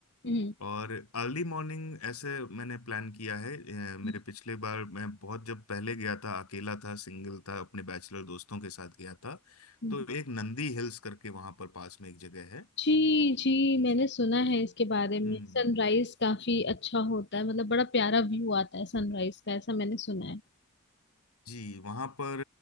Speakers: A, on the left; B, on the left.
A: हम्म
B: और अर्ली मॉर्निंग ऐसे मैंने प्लान किया है अ, मेरे
A: हम्म,
B: पिछले बार मैं बहुत जब पहले गया था अकेला था सिंगल था अपने बैचलर दोस्तों के साथ गया था
A: हम्म।
B: तो एक नंदी हिल्स करके वहां पर पास में एक जगह है
A: जी जी मैंने सुना है इसके बारे में
B: हम्म
A: सनराइज काफी अच्छा होता है मतलब बड़ा प्यारा व्यू आता है सनराइज का ऐसा मैंने सुना है
B: जी वहां पर